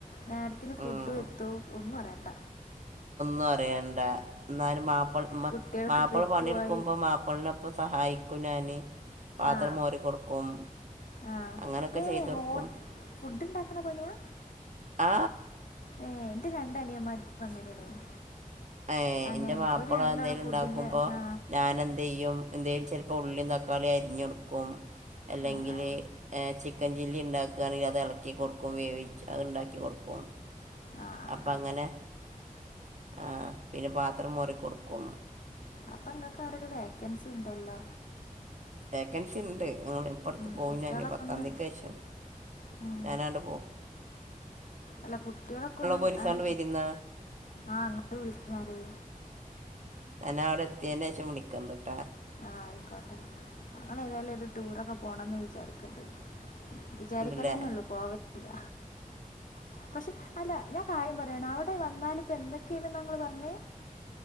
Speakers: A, on the left; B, on the right.
A: നേരത്തിന് ഫുഡും
B: ഉം.
A: എത്തും ഒന്നും അറൻണ്ട
B: പറയണ്ട എന്നാലും മാപ്പിള മാ
A: കുട്ടികൾക്ക്
B: മാപ്പിള
A: ട്രിപ്പ്
B: പണിയെടുക്കുമ്പോ
A: പോയി
B: മാപ്പിള്നൊപ്പം സഹായിക്കും ഞാന് പാത്രം
A: ആ
B: മോരി കൊടുക്കും
A: ആ
B: അങ്ങനെയൊക്കെ
A: ഏ
B: ചെയ്ത് കൊടുക്കും.
A: ഹോ ഫുഡ് ഉണ്ടാക്കണ പണിയാ?
B: ആ
A: ഏ എന്റെ രണ്ട അനിയന്മാരും ഇപ്പ അങ്ങനെയാണ്
B: ഹെ
A: അങ്ങനെ
B: എൻ്റെ മാപ്പിള
A: ഒരു രണ്ടാള്
B: എന്തേങ്കിലും
A: ഫുഡിൻ്റെ
B: ഉണ്ടാക്കുമ്പോൾ
A: ആ
B: ഞാൻെന്ത ചെയ്യും എന്തേങ്കും ചിലപ്പോൾ ഉള്ളി തക്കാളി അരിഞോടുക്കും അല്ലെങ്കില്
A: ആ ആ
B: ചി ചിക്കൻ ചില്ലി ഉണ്ടാക്കുകവാണെങ്കിൽ അത് ഇളക്കി കൊടുക്കും വേവിച്ച് അത് ഉണ്ടാക്കി കൊടുക്കും
A: ആ ആ
B: അപ്പം
A: ആ
B: അങ്ങനെ ആ പിന്നെ പാത്രം മോറി കൊടുക്കും
A: അപ്പൊ ഇങ്ങക്ക് അവടരു വേക്കൻസി ഉണ്ടല്ലോ?
B: വേക്കൻസി ഉണ്ട് ഹെ ഇപ്പടത്ത്
A: ഉം,
B: പോവും
A: കുട്ടികളൊക്കെ
B: ഞ്ഞന് പത്താംതിക്കെ
A: ഒന്ന്
B: ശം
A: ഉം,
B: ഞാനാണ്ട് പോവും
A: അല്ല കുട്ടികളൊക്കെ ഒന്ന്
B: പോലീസാണ്ട്
A: അത്
B: വരുന്ന
A: ആ അങ്ങട് വിളിക്കണല്ലേ?
B: ഞാൻ അവിടെ എത്തിയതിന ശേഷം വിളിക്കണ്ടിട്ടാ.
A: ആഹ് ആയിക്കോട്ടെ ഞങ്ങൾേഏതായാലും ഒരു ടൂറൊക്കെ പോകണംമെന്ന് വിചാരിക്കുണ്ട് വിചാരിക്കലന്നെള്ളൂ
B: ഉണ്ടല്ലേ
A: പോവില്ല പക്ഷെ അല്ല ഞാൻ കാര്യം പറയാണ് അവിടെ വന്നാലിപ്പോൾ എന്തൊക്കെയാണ് ഞങ്ങൾ പറഞ്ഞെ?